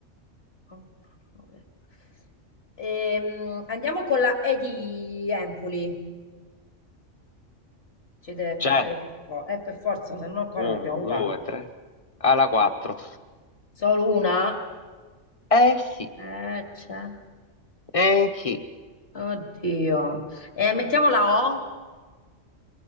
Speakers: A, on the left (about 50°); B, on the left (about 25°).
A: 8, 9. Ehm, andiamo con la E di Empoli. Ci deve
B: C'è.
A: essere per forza, eh, per forza, se no qua
B: Uno,
A: non abbiamo vocali.
B: due, tre. Alla quattro.
A: Solo una?
B: Eh sì,
A: Eh, c'è.
B: eh sì.
A: Oddio. Eh, mettiamo la O.